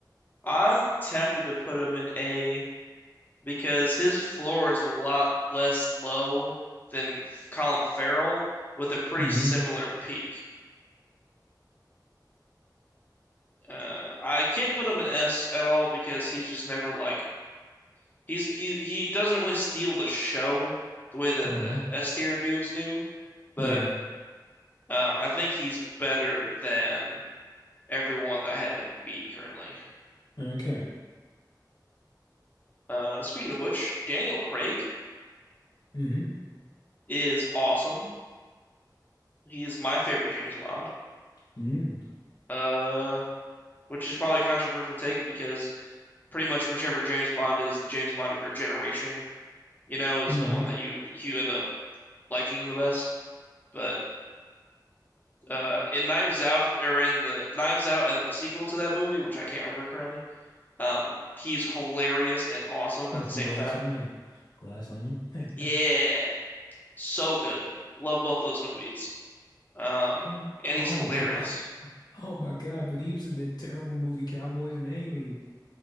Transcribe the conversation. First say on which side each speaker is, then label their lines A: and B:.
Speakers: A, on the left (about 25°); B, on the left (about 70°).
A: I'm tempted to put him in A because his floor is a lot less low than Colin Farrell with a pretty
B: Mm-hmm.
A: similar peak. Uh, I can't put him in S at all because he's just never like He's he he doesn't really steal the show the way that
B: Uh-huh.
A: the S tier dudes do, but
B: Yeah.
A: um, I think he's better than everyone that I have in B currently.
B: Okay.
A: Uh, speaking of which, Daniel Craig
B: Mm-hmm.
A: is awesome. He's my favorite James Bond.
B: Mm-hmm.
A: Uh, which is probably a controversial take because pretty much whichever James Bond is the James Bond of your generation, you know, is
B: Mm-hmm.
A: the one that you you end up liking the best. But uh, in Knives Out or in the Knives Out and the sequel to that movie, which I can't remember currently. Um, he's hilarious and awesome
B: Mm-hmm.
A: at the same
B: Glass
A: time.
B: onion. Glass onion. <laughs>
A: Yeah, so good. Love both those movies. Um,
B: Oh,
A: and
B: oh,
A: he's hilarious.
B: but, uh, oh my God! But he was in that terrible movie Cowboys and Aliens.